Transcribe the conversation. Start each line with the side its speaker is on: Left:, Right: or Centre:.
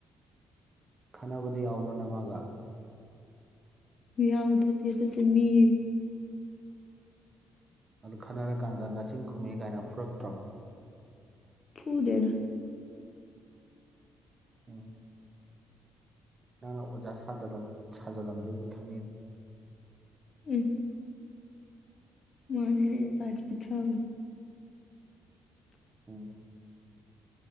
Right: ꯈꯟꯅꯕꯗꯣ ꯌꯥꯎꯕꯔꯣ ꯅꯃꯥꯒ
Left: ꯌꯥꯎꯗꯗꯤ ꯑꯗꯨꯗꯤ ꯃꯤ
Right: ꯑꯗꯨ ꯈꯟꯅꯔ ꯀꯥꯟꯗ ꯅꯆꯤꯟ ꯈꯨꯝꯃꯦ ꯀꯥꯏꯅ ꯐꯨꯔꯛꯇ꯭ꯔꯣ
Left: ꯐꯨꯗꯦꯗ
Right: ꯎꯝ ꯅꯪꯅ ꯑꯣꯖꯥ ꯁꯥꯖꯜꯂꯝ ꯁꯥꯖꯜꯂꯝꯗꫭꯏꯁꯦ ꯈꯪꯉꯦꯕ
Left: ꯎꯝ ꯃꯥꯅꯦꯅꯦ ꯄꯁ ꯄꯊ꯭ꯔ
Right: ꯎꯝ